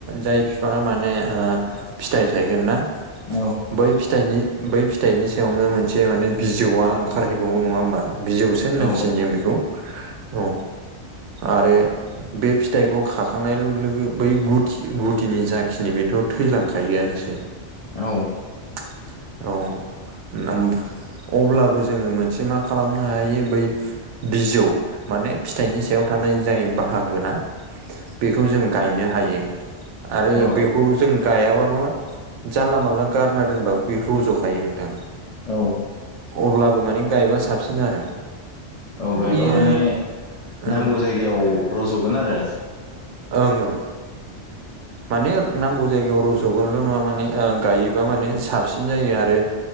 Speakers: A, on the right (about 85°); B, on the left (about 50°).
A: जाय बिफाङा माने फिथाइ थायगोन ना?
B: औ
A: बै फिथाइनि बै फिथाइनि सायावनो मोनसे माने बिजौआ ओंखारहैबावो नङा होमबा? बिजौसो होननांसिगोन
B: औ
A: जों बेखौ औ आरो बे फिथाइखौ खाखांनाय लोगो लोगो बै गुदि गुदिनि जाखिनि बेथ' थैलांखायोआनोसै
B: औ
A: औ अब्लाबो जोङो मोनसे मा खालामनो हायो बै बिजौ माने फिथाइनि सायाव थानाय जाय बाहागोना बेखौ जों गायनो हायो आरो
B: औ
A: बेखौ जों गायाबाबो मा जानला मानला गारना दोनबाबो बे रज'खायो नोंथां।
B: औ
A: अब्लाबो माने गायबा सा बांसिन आरो
B: औ गायबा
A: बियो
B: माने नांगौ
A: ओं
B: जायगायाव रज'गोन आरो
A: ओं ओं।
B: <inaudible>
A: माने नांगौ जायगायाव रज'गोनल' नङा माने गायोबा माने साबसिन जायो आरो।